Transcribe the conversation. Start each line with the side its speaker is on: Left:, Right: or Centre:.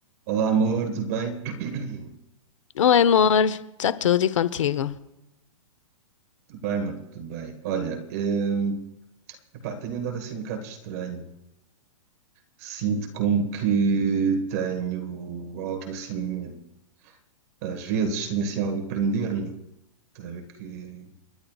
Right: Olá, amor, tudo bem? <clears throat>
Left: Oi, amor, está tudo e contigo?
Right: Tudo bem, mano, tudo bem. Olha, hum, epá, tenho andado assim um bocado estranho. Sinto como que tenho algo assim, às vezes tenho assim algo a prender-me, estás a ver que